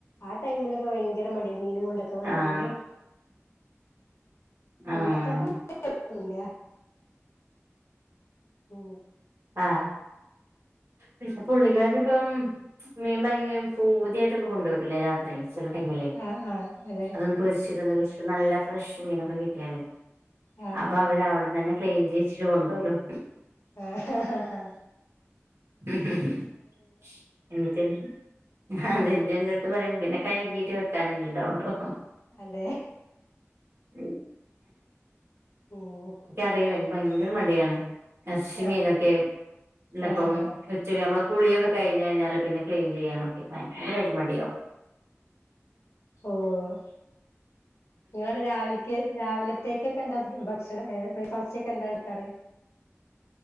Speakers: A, on the left; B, on the right.
A: ആ ടൈമില് ക്ക് ഭയങ്കര മടിയ മീൻ കൊണ്ട് ഒക്കെ വന്നാല്
B: ആഹ്
A: അല്ലാത്തപ്പോ
B: ആഹ്
A: <unintelligible> ഇല്ല മം
B: ആഹ് പിന്നെ പുള്ളി കരന്ന് ഇപ്പം മീൻ വാങ്ങ ഫുതിയായിട്ട് ഒക്കെ കൊണ്ട് വേരൂല്ലേ രാ ത്രി ചെല ടൈമിൽ
A: ആഹ് ആഹ് അതെ
B: അതൊന്ന് പൊരിച്ചിടനാത് ഇപ്പ നല്ല ഫ്രഷ് മീന് ഒക്കെ കിട്ടിയാലേ
A: ആഹ്
B: അപ്പൊ
A: ആഹ്
B: അവര് അവിടന്ന് അന്നെ ക്ലീൻ ചെയ്യിച്ചിട്ട് കൊണ്ടുവരും
A: ആഹ ആഹാ ആഹാ
B: ഹ് മ്മ് ഹ് എന്നിട്ട് അതെ എന്റെ എന്റെറ അടുത്ത് പറയും പിന്നെ കഴുകീട്ട് വെക്കാനല്ലേ ഇണ്ടാവു ഒള്ളൂ
A: അതെ
B: ഉം
A: ഉം
B: എക്ക് അറിയില്ല എക്ക് ഭയങ്കര മടിയാണ് ഏറച്ചി
A: ആഹ്
B: മീൻ ഒക്കെ ആവും ന്നിന്നപ്പം
A: ആഹ് ആഹ്
B: ഉച്ചയ്ക്ക് ഞമ്മള് കുളി ഒക്കെ കയിഞ്ഞ് കഴിഞ്ഞാല് പിന്നെ ക്ലീൻ ചെയ്യാന് ഒക്കെ ഭയങ്കരായിട്ടും മടിയ
A: ഓഹ് ഞാന് രാവിൽക്ക് രാവിലത്തേക്ക് ഒക്കെ എന്താ ഒരു ഭക്ഷണം ഏ ബ്രേക്ക്ഫാസ്റ്റ് ഒക്കെ എന്താണ് കറി